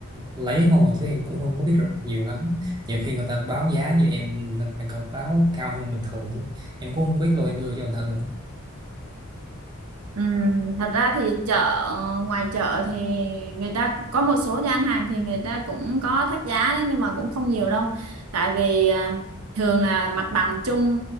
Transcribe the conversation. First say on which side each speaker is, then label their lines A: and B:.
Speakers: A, on the right; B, on the right.
A: lấy không à, chứ em cũng không có biết rồi nhiều lắm nhiều khi người ta báo giá với em là phải cọc báo cao hơn bình thường ấy. em cũng không biết luôn em đưa cho người ta luôn
B: Ừm, thật ra thì chợ ngoài chợ thì người ta có một số gian hàng thì người ta cũng có thắt giá đấy nhưng mà cũng không nhiều đâu tại vì à, thường là mặt bằng chung